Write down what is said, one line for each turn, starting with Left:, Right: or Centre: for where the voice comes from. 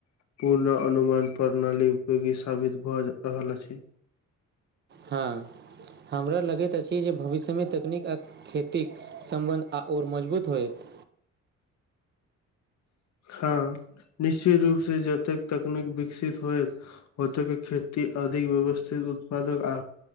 Left: पूर्ण अनुमान प्रणाली उपयोगी साबित भए रहल अछि
Right: हँ हमरा लगैत अछि जे भविष्यमें तकनीक आ खेतीक सम्बन्ध आ ओर मजबूत होयत
Left: हँ निश्चित रूपसँ जतेक तकनीक विकसित होयत होतेक के खेती अधिक व्यवस्थित उत्पादक आ